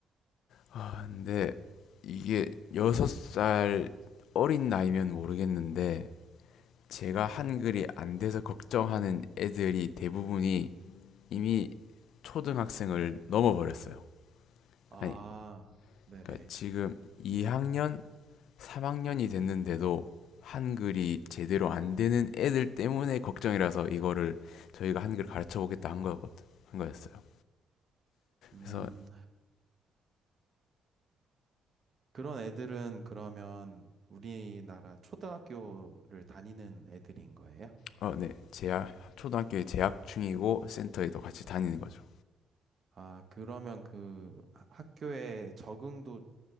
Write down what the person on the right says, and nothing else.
네.
아,
네네.
음.
그런 애들은 그러면 우리나라 초등학교를 다니는 애들인 거예요?
아,
아, 그러면 그 하- 학교에 적응도